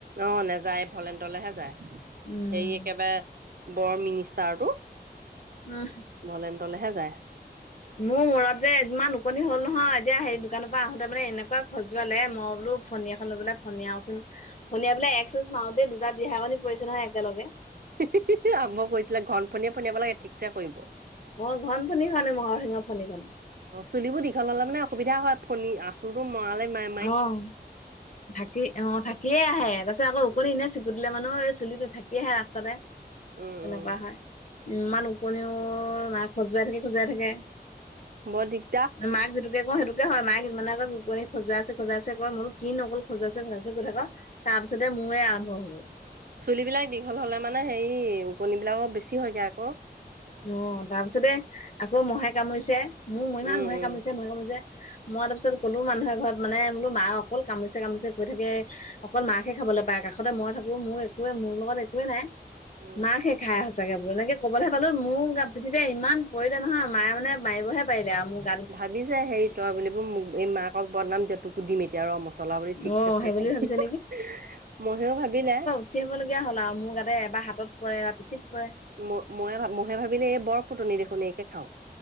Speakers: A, on the right; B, on the left.
A: অঁ', নেযায়, ভলেণ্টলৈহে যায়।
B: উম
A: হেৰি একেবাৰে বৰ মিনিষ্টাৰটো।
B: উমহ
A: ভলেণ্টলেহে যায়।
B: মোৰ মূৰত যে, ইমান কণনি হ'ল নহয়। এতিয়া সেই দোকানৰ পৰা আহোতে মানে, এনেকুৱা খজুৱালে, মই বোলো ফনী এ ফণী এখন লৈ পেলাই ফণীয়াও চুন। ফণিয়াই পেলাই এক চুচ মাৰোটেই, দুটা বিহা ওকণি পৰিছে নহয়, একেলগে।
A: <unintelligible> আৰম্ভ কৰিছিলে, ঘন ফনীয়ে ফণীয়াব লাগে, ঠিকচে পৰিব।
B: মই ঘন ফনী খনে, মহৰ শিঙৰ ফনী খন
A: অ', চুলিবোৰ দীঘল হ'লে মানে, অসুবিধা হয়। ফণী আচুৰতটো মৰালেই, মা
B: অঁ থাকি, অঁ, থাকিয়ে আহে। তাৰপিছত আকৌ, ওকনি
A: উম
B: এনে চ ধুই দিলে মনুহৰ, এই চুলিটো থাকিয়ে আহে ৰাস্তাতে,
A: উম
B: তেনেকুৱা
A: উম
B: হয়।
A: উম
B: ইমান ওকণিও ই‌ মা খজুৱাই থাকে, খজুৱাই থাকে।
A: বৰ দিগ
B: মাক যিটোকে কওঁ, সেইটোকে হয়। মাক ইমানে আকৌ কু খজোৱাইছে-খজোৱাইছে কয়, মইনো কিনো অক'ল খজুৱাইছে-খজোৱাইছে কৈ থাক', তাৰ পিছতে মোৰ আৰম্ভ হৈ গ'ল।
A: চুলি বিলাক দীঘল হ'লে মানে হেৰি, ওকণিবিলাক, অলপ বেছি হয়গে আক'
B: অঁ, তাৰ পিছতে, আকৌ মহে কামুৰিছে, মোৰ ইমান
A: উম
B: মহে
A: উম
B: কামুৰিছে, মহে কামুৰিছে মই, তাৰপিছত
A: উম
B: গ'লো মানুহ এঘৰত মানে, বোলো মাক অকল কামুৰিচে-কামুৰিচে কৰি থাকে। অকল মাকহে খাবলৈ পায়। কাষতে মই থাকো, মোৰ একোৱে, মোৰ লগত একোৱে নাই।
A: উম।
B: মাকহে খাই সঁচাগে বোলো, এনেকে ক'বলে পালো, মোৰ পিঠিতে ইমান পৰিলে নহয়, মায়ে মানে, মাৰিবহে পাৰিলে আও মোক।
A: ভাবিছে, হেৰি তই বুলি মোক, এই মাকক বদনাম দিয়া তোকো দিম, এ এতিয়া ৰ' মচলা বুলি ঠিক
B: অ
A: চে
B: সেই
A: খাইদো
B: বুলি ভাবিছে
A: <unintelligible> মইহেও ভাবিলে
B: গুচি আহিব লগীয়া হ'ল আও, মোৰ গাতে এবাৰ হাতত পৰে, এবাৰ পিঠিত পৰে।
A: ম-মই, ম'হে ভাবিলে, এই বৰ ফুটনি দেখোন, এইকে খাওঁ।